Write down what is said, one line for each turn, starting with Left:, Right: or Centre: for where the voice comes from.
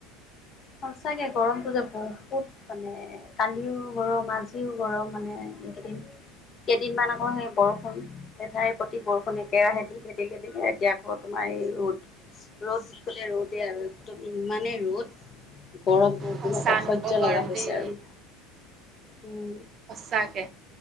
Left: সচাকে গৰমটো যে বহুত মানে এ কালিও গৰম আজিও গৰম মানে এইকেইদিন কেইদিনমান আকৌ সেই বৰষুণ লেঠাই প্ৰতি বৰষুণ একেৰাহে দিলে দিলে দিলে এতিয়া আকৌ তোমাৰ এই ৰদ ৰ'দ বুলি ক'লে ৰ'দেই আৰু একদম ইমানেই ৰ'দ গৰম বোৰ
Right: সঁচা
Left: জান অসহ্য
Right: নকব
Left: লগা হৈছে
Right: দেই
Left: আৰু উম
Right: সচাকে